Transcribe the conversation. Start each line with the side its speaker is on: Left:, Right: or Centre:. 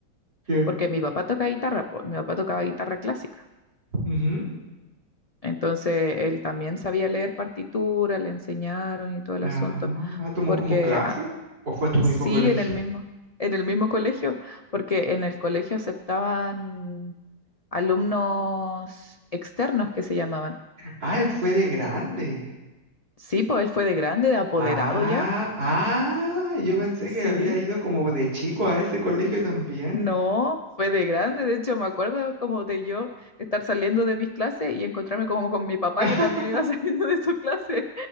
Right: Ya.
Left: porque mi papá toca guitarra, po, mi papá tocaba guitarra clásica,
Right: Ujú.
Left: entonces él también sabía leer partitura, le enseñaron y todo el
Right: Ah,
Left: asunto,
Right: ah, ¿tomó
Left: porque
Right: como clase?
Left: ah,
Right: ¿O fue a tu
Left: sí,
Right: mismo colegio?
Left: en el mismo,
Right: <laughs>
Left: en el mismo colegio, porque en el colegio aceptaban alumnos externos que se llamaban.
Right: Ah, él fue de grande.
Left: Sí, pues él fue de grande, de apoderado
Right: Ah,
Left: ya.
Right: ah, yo pensé
Left: Sí,
Right: que había ido como de chico a ese colegio también.
Left: No, fue de grande, de hecho me acuerdo como de yo estar saliendo de mis clases y encontrarme como con mi papá
Right: <laughs>
Left: que también iba <laughs> saliendo de su clase.